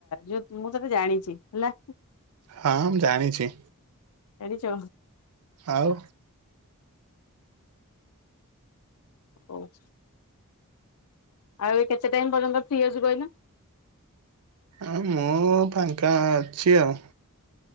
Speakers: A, on the left (about 75°); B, on the right (about 75°).
A: ଯୋଉ ମୁଁ ତତେ ଜାଣିଛି ହେଲା।
B: ହଁ ମୁଁ ଜାଣିଛି।
A: ଚ
B: ଆଉ
A: ହୋଉ ଆଉ ଏ କେତେ ଟାଇମ୍ ପର୍ଯ୍ୟନ୍ତ ଫ୍ରି ଅଛୁ କହିଲୁ?
B: ଆଉ ମୁଁ ଫାଙ୍କା ଅଛି ଆଉ।